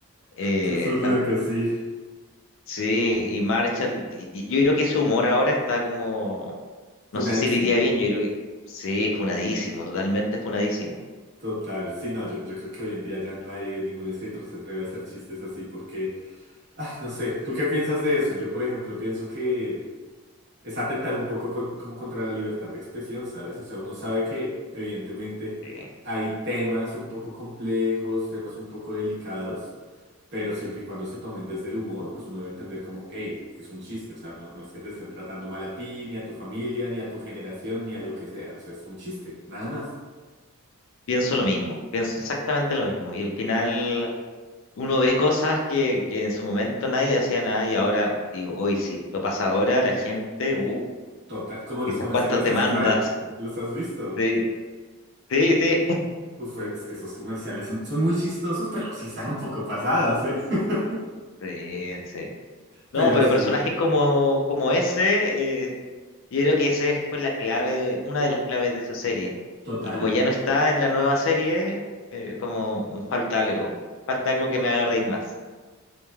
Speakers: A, on the left (about 60°); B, on the right (about 50°).
A: Eh,
B: Que es un
A: ta-
B: loco, sí.
A: sí, y Marshall, y, y yo creo que su humor ahora está como,
B: Punadísimo.
A: no sé si le iría bien, yo creo que sí, funadísimo, totalmente funadísimo.
B: Total. Sí, no, yo, yo creo que hoy en día ya nadie, ningún escritor se atreve a hacer chistes así porque, ah, no sé, ¿tú qué piensas de eso? Yo, por ejemplo, pienso que... es atentar un poco con- como contra la libertad de expresión, ¿sabes? O sea, uno sabe que evidentemente
A: Sí.
B: hay temas un poco complejos, temas un poco delicados, pero siempre y cuando se tomen desde el humor, pues uno debe entender como, hey, es un chiste, o sea, no, no es que te estén tratando mal a ti, ni a tu familia, ni a tu generación, ni a lo que sea, o sea, es un chiste, nada más.
A: Pienso lo mismo, pienso exactamente lo mismo. Y al final uno ve cosas que, que en su momento nadie decía nada y ahora digo, hoy si esto pasa ahora, la gente, uh,
B: Total, como los
A: quizás
B: comerciales
A: cuántas demandas.
B: de Sprite,
A: <laughs>
B: ¿los has visto?
A: Sí, sí, sí,
B: Uf, es que esos comerciales son, son muy chistosos, pero sí están un poco pasados, ¿eh? <laughs>
A: <laughs> sí, sí. No,
B: Pero
A: pero
B: sí,
A: personajes como, como ese, eh, yo creo que esa fue la clave, de- una de las claves de esa serie.
B: total.
A: Y como ya no está en la nueva serie, eh, es como mm, falta algo, falta algo que me haga reír más.